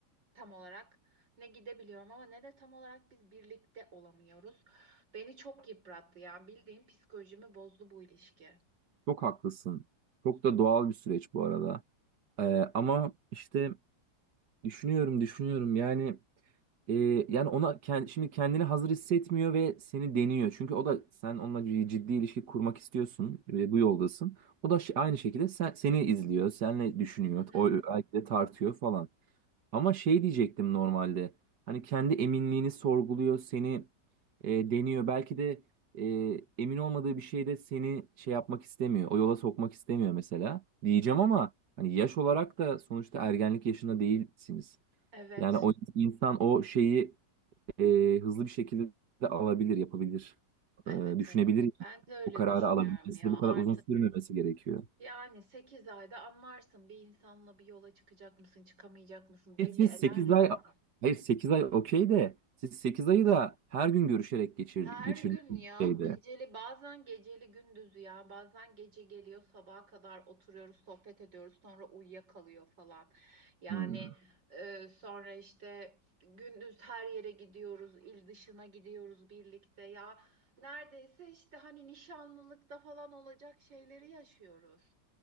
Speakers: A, on the right; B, on the right.
A: tam olarak ne gidebiliyorum ama ne de tam olarak biz birlikte olamıyoruz. Beni çok yıprattı ya. Bildiğim psikolojimi bozdu bu ilişki.
B: Çok haklısın. Çok da doğal bir süreç bu arada. Ee, ama işte düşünüyorum, düşünüyorum. Yani e, yani ona kend, şimdi kendini hazır hissetmiyor ve seni deniyor. Çünkü o da sen onunla c- ciddi ilişki kurmak istiyorsun ve bu yoldasın. O da şi- aynı şekilde sen, seni izliyor, seninle düşünüyor,
A: Hı hı.
B: o belki de tartıyor falan. Ama şey diyecektim normalde. Hani kendi eminliğini sorguluyor, seni e, deniyor. Belki de e, emin olmadığı bir şeyde seni şey yapmak istemiyor. O yola sokmak istemiyor mesela. Diyeceğim ama hani yaş olarak da sonuçta ergenlik yaşında değilsiniz.
A: Evet,
B: Yani o insan o şeyi e, hızlı bir şekilde de alabilir, yapabilir.
A: evet,
B: E, düşünebilir.
A: evet.
B: yani.
A: Ben de öyle
B: O kararı
A: düşünüyorum
B: alabilmesi
A: ya
B: de bu kadar
A: artık.
B: uzun sürmemesi gerekiyor.
A: Yani 8 ayda anlarsın bir insanla bir yola çıkacak mısın, çıkamayacak mısın belli
B: E siz
A: eder
B: sekiz
A: yani.
B: ay hayır 8 ay okey de siz 8 ayı da her gün görüşerek geçir
A: Her
B: geçirdiğiniz
A: gün ya
B: şeyde.
A: geceli bazen geceli gündüzü ya bazen gece geliyor sabaha kadar oturuyoruz sohbet ediyoruz sonra uyuyakalıyor falan. Yani
B: Hmm.
A: e, sonra işte gündüz her yere gidiyoruz il dışına gidiyoruz birlikte ya neredeyse işte hani nişanlılıkta falan olacak şeyleri yaşıyoruz.